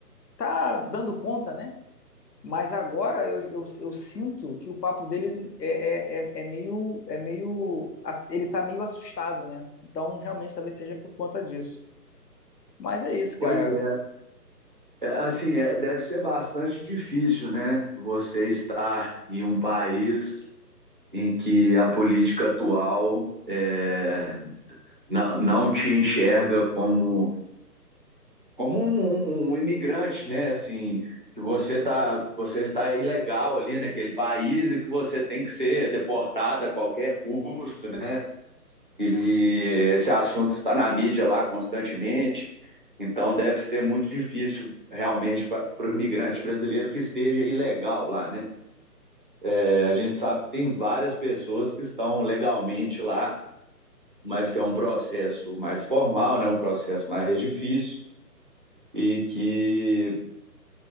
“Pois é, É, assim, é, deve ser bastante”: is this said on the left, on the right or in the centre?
Right